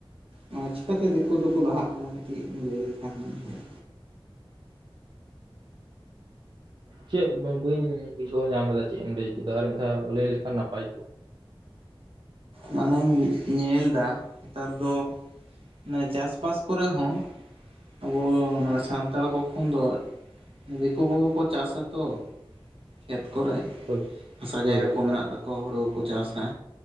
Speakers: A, on the right; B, on the right.
A: ᱢᱟᱱᱮ ᱪᱤᱠᱟᱛᱮ ᱫᱤᱠᱩ ᱫᱚᱠᱚ ᱞᱟᱦᱟᱜ ᱠᱟᱱᱟ ᱠᱟᱹᱴᱤᱡ ᱞᱟᱹᱭ ᱞᱮᱠᱷᱟᱱ ᱡᱩᱛ ᱠᱚᱜ-ᱟ?
B: ᱪᱮᱫ ᱵᱟᱹᱧ ᱵᱩᱡᱷᱟᱹᱣ ᱧᱟᱢ ᱞᱮᱫᱟ ᱪᱮᱫ ᱮᱢ ᱞᱟᱹᱭ ᱠᱮᱫᱟ ᱟᱨ ᱢᱤᱫ ᱫᱷᱟᱣ ᱞᱟᱹᱭ ᱞᱮᱠᱷᱟᱱ ᱱᱟᱯᱟᱭ ᱠᱚᱜ
A: ᱢᱟᱱᱮᱧ ᱧᱮᱞ ᱫᱟ ᱱᱮᱛᱟᱨ ᱫᱚ ᱢᱟᱱᱮ ᱪᱟᱥᱼᱵᱟᱥ ᱠᱚᱨᱮ ᱦᱚᱸ ᱟᱵᱚ ᱥᱟᱱᱛᱟᱲ ᱠᱚ ᱠᱷᱚᱱ ᱫᱚ ᱫᱤᱠᱩ ᱠᱚᱜᱮ ᱠᱚ ᱪᱟᱥᱟ ᱛᱚ ᱠᱷᱮᱛ ᱠᱚᱨᱮ
B: ᱦᱳᱭ
A: ᱦᱟᱥᱟ
B: ᱦᱳᱭ
A: ᱡᱟᱭᱜᱟ
B: ᱦᱳᱭ
A: ᱠᱚ ᱢᱮᱱᱟᱜ ᱛᱟᱠᱚᱣᱟ ᱦᱩᱲᱩ ᱠᱚᱠᱚ ᱪᱟᱥᱟ᱾